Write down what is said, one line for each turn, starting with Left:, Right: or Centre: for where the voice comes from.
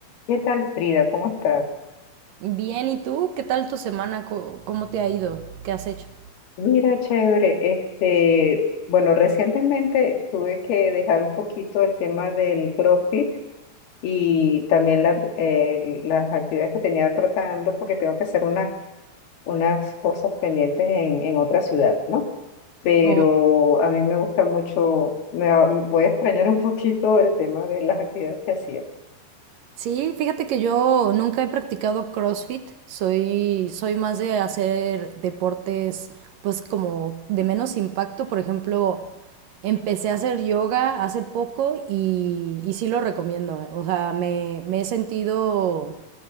Left: ¿Qué tal, Frida? ¿Cómo estás?
Right: Bien, ¿y tú? ¿Qué tal tu semana? Co- ¿Cómo te ha ido? ¿Qué has hecho?
Left: Mira, chévere. Este, bueno, recientemente tuve que dejar un poquito el tema del CrossFit y también la- eh, las actividades que tenía tratando porque tengo que hacer unas, unas cosas pendientes en, en otra ciudad, ¿no? Pero
Right: O-
Left: a mí me gusta mucho, me va- voy a extrañar un poquito el tema de las actividades que hacía.
Right: sí, fíjate que yo nunca he practicado CrossFit. Soy, soy más de hacer deportes, pues como de menos impacto. Por ejemplo, empecé a hacer yoga hace poco y, y sí lo recomiendo. eh. O sea, me, me he sentido